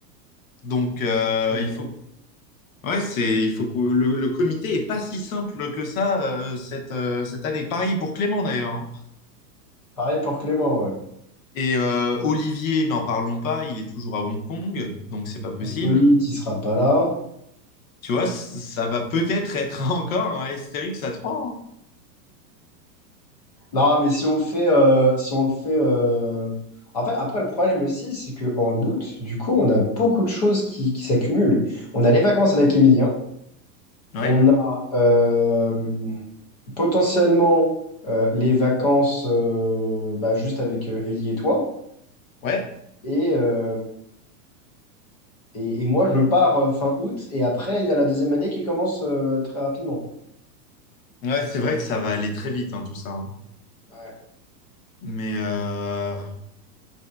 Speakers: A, on the left; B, on the left.
A: Donc euh,
B: c'est vrai.
A: il faut ouais, c'est il faut que le, le comité est pas si simple que ça euh, cette euh, cette année. Pareil pour Clément d'ailleurs. hein.
B: Pareil pour Clément. ouais.
A: Et euh, Olivier, n'en parlons pas, il est toujours à Hong Kong, donc c'est pas possible.
B: Hippolyte, il sera pas là.
A: Tu vois, c- ça va peut-être être <laughs> encore un Astérix à trois
B: Non, mais si on le fait, euh, si on le fait. euh, En fait, après, le problème aussi, c'est qu'en août, du coup, on a beaucoup de choses qui, qui s'accumulent. On a les vacances avec Emilien.
A: hein. Ouais.
B: On a. euh, potentiellement euh, les vacances euh, bah, juste avec euh, Ellie et toi.
A: Ouais.
B: Et, euh, et, et moi, je pars euh, fin août. Et après, il y a la deuxième année qui commence euh, très rapidement.
A: Ouais, c'est vrai que ça va aller très vite hein, tout ça. hein.
B: Ouais.
A: Mais euh,